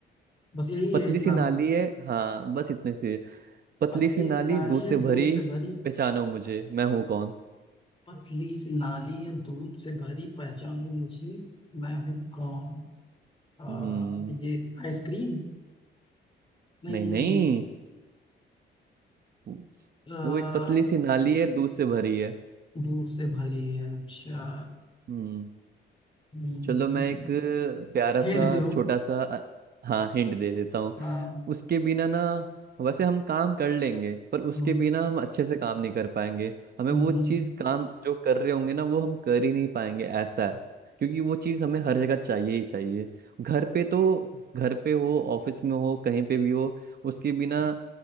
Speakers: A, on the left; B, on the right.
A: बस यही
B: पतली
A: है इतना
B: सी नाली है हाँ बस इतने से पतली
A: पतली
B: सी नाली
A: सी नाली
B: दूध
A: है
B: से
A: दूध
B: भरी
A: से भरी
B: पहचानो मुझे मैं हूँ कौन
A: पतली सी नाली है दूध से भरी पहचानो मुझे मैं हूँ कौन आ,
B: हम्म
A: ये आइसक्रीम नहीं
B: नहीं नहीं
A: नहीं
B: वो
A: आ,
B: वो एक पतली सी नाली है दूध से भरी है
A: दूर से भरी है अच्छा
B: हम्म
A: हम्म,
B: चलो मैं एक प्यारा सा
A: हिंट दो
B: छोटा सा अ, हाँ हिंट दे देता हूँ
A: हाँ हाँ,
B: उसके बिना ना वैसे हम काम कर लेंगे पर उसके
A: हम्म,
B: बिना हम अच्छे से काम नहीं कर पाएंगे हमें
A: हम्म,
B: वो चीज़ काम जो कर रहे होंगे ना वो हम कर ही नहीं पाएंगे ऐसा है क्योंकि वो चीज़ हमें हर जगह चाहिए ही चाहिए घर पे तो घर पे हो ऑफिस में हो कहीं पे भी हो उसके बिना